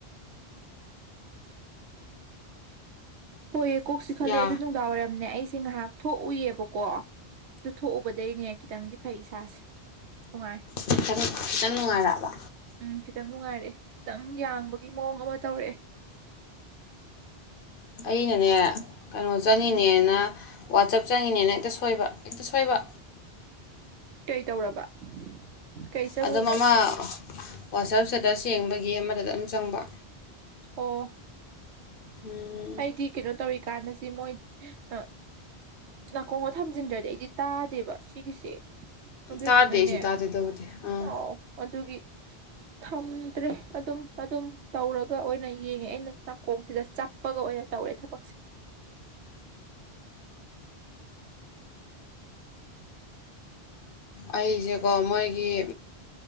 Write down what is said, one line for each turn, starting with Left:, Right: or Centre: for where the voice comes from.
Right: <inaudible> ꯍꯣꯏꯌꯦ ꯀꯣꯛꯁꯤ ꯈꯜꯂꯦ
Left: ꯌꯥ
Right: ꯑꯗꯨ ꯅꯨꯡꯗꯥꯡ ꯋꯥꯏꯔꯝꯅꯦ ꯑꯩꯁꯦ ꯉꯥꯏꯍꯥꯛ ꯊꯣꯛꯎꯏꯑꯕꯀꯣ ꯇꯨꯊꯣꯛꯎꯕꯗꯩꯅꯦ ꯈꯤꯇꯪꯗꯤ ꯐꯩ ꯏꯁꯥꯁꯦ ꯅꯨꯡꯉꯥꯏ
Left: ꯈꯤꯇꯪ ꯈꯤꯇꯪ ꯅꯨꯡꯉꯥꯏꯔꯛꯑꯕ
Right: ꯎꯝ ꯈꯤꯇꯪ ꯅꯨꯡꯉꯥꯏꯔꯛꯑꯦ ꯈꯤꯇꯪ ꯌꯥꯡꯕꯒꯤ ꯃꯑꯣꯡ ꯑꯃ ꯇꯧꯔꯛꯑꯦ
Left: ꯑꯩꯅꯅꯦ ꯀꯩꯅꯣ ꯆꯠꯉꯤꯅꯦꯅ
Right: ꯎꯝ
Left: ꯋꯥꯆꯞ ꯆꯪꯉꯤꯅꯦꯅ ꯍꯦꯛꯇ ꯁꯣꯏꯕ ꯍꯦꯛꯇ ꯁꯣꯏꯕ
Right: ꯀꯩ ꯇꯧꯔꯕ ꯀꯩ ꯆꯪꯉꯨꯏꯅꯣ
Left: ꯑꯗꯨꯝ ꯑꯃ ꯋꯥꯆꯞ ꯁꯦꯠ ꯌꯦꯡꯕꯒꯤ ꯑꯃꯗꯗ ꯑꯗꯨꯝ ꯆꯪꯕ
Right: ꯑꯣ
Left: ꯎꯝ
Right: ꯑꯩꯗꯤ ꯀꯩꯅꯣ ꯇꯧꯔꯤꯀꯥꯟꯗꯁꯤ ꯃꯣꯏ ꯑ ꯅꯥꯀꯣꯡꯒꯣ ꯊꯝꯖꯤꯟꯗ꯭ꯔꯗꯤ ꯑꯩꯗꯤ ꯇꯥꯗꯦꯕ ꯁꯤꯒꯤꯁꯦ ꯑꯗꯨꯏꯗꯨꯅꯅꯦ
Left: ꯇꯥꯗꯦ ꯑꯩꯁꯨ ꯇꯥꯗꯦ ꯇꯧꯕꯗꯤ ꯑꯥ
Right: ꯑꯥꯎ ꯑꯗꯨꯒꯤ ꯊꯝꯗ꯭ꯔꯦ ꯑꯗꯨꯝ ꯑꯗꯨꯝ ꯇꯧꯔꯒ ꯑꯣꯏꯅ ꯌꯦꯡꯉꯦ ꯑꯩꯅ ꯅꯥꯀꯣꯡꯁꯤꯗ ꯆꯞꯄꯒ ꯑꯣꯏꯅ ꯇꯧꯔꯦ ꯊꯕꯛꯁꯦ
Left: ꯑꯩꯁꯦꯀꯣ ꯃꯣꯏꯒꯤ